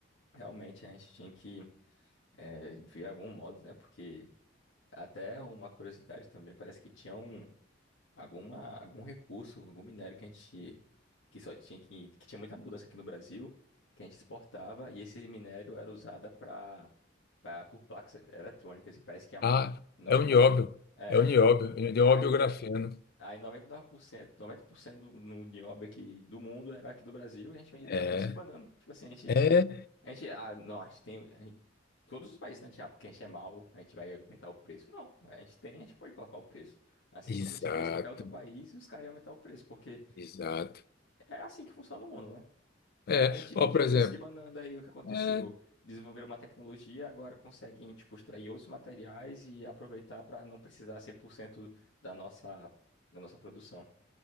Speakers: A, on the left (about 80°); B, on the left (about 55°).
A: realmente a gente tinha que é, ver de algum modo, né? Porque até uma curiosidade também, parece que tinha um, alguma, algum recurso, algum minério que a gente que só tinha que, que tinha muita mudança aqui no Brasil, que a gente exportava e esse minério era usado para por placas eletrônicas e parece que a mais
B: Ah,
A: 99
B: é o nióbio.
A: é,
B: É o nióbio. é o Nióbio
A: aí
B: grafeno.
A: aí 99%, 90% do, no, de obra aqui do mundo era aqui do Brasil e a gente vendia
B: É,
A: a preço de banana. Tipo assim, a gente
B: é,
A: a gente ah, não, a gente tem a gente- Todos os países, né? Tipo, ah, porque a gente é mau, a gente vai aumentar o preço. Não, a gente tem, a gente pode colocar o preço. Assim
B: exato,
A: como se fosse qualquer outro país, os caras iam aumentar o preço, porque
B: exato.
A: é assim que funciona o mundo, né?
B: É,
A: Aí a gente vendia
B: ó, por exemplo,
A: preço de banana, daí o que aconteceu?
B: é,
A: Desenvolveram uma tecnologia, agora conseguem, tipo, extrair outros materiais e aproveitar para não precisar 100% da nossa, da nossa produção.